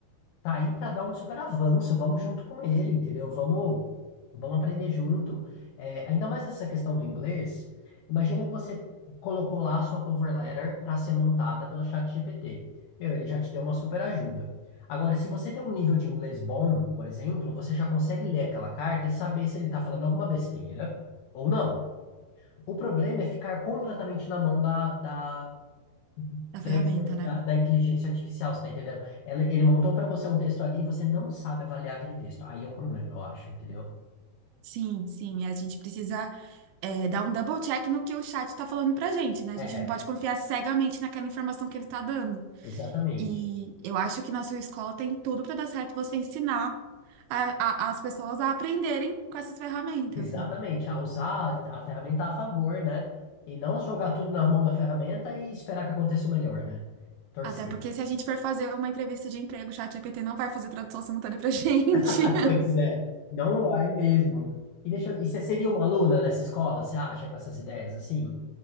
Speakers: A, on the left (about 80°); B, on the right (about 80°).
A: tá aí pra dar um super avanço, vamos junto com ele, entendeu? Vamos, vamos aprender junto. É, ainda mais essa questão do inglês. Imagina que você colocou lá a sua cover letter pra ser montada pelo ChatGPT. Meu, ele já te deu uma super ajuda. Agora, se você tem um nível de inglês bom, por exemplo, você já consegue ler aquela carta e saber se ele tá falando alguma besteira ou não. O problema é ficar completamente na mão da, da,
B: Da
A: da,
B: ferramenta,
A: infor-
B: né?
A: da- da inteligência artificial, você tá entendendo? Ela- ele montou para você um texto ali e você não sabe avaliar aquele texto. Aí é um problema, eu acho, entendeu?
B: Sim, sim. A gente precisa, é, dar um double check no que o chat está falando pra gente, né? A
A: É,
B: gente não pode confiar cegamente naquela informação que ele tá dando.
A: exatamente.
B: E eu acho que na sua escola tem tudo para dar certo você ensinar a- a- as pessoas a aprenderem com essas ferramentas,
A: Exatamente.
B: né?
A: A usar a ferramenta a favor, né? E não jogar tudo na mão da ferramenta e esperar que aconteça o melhor, né? Torcer.
B: Até porque se a gente for fazer uma entrevista de emprego, o chat ChatGPT não vai fazer tradução simultânea pra <laughs> gente.
A: <laughs> Pois é. Não vai mesmo. E, deixa, eu- e você seria uma aluna nessa escola, você acha, com essas ideias assim?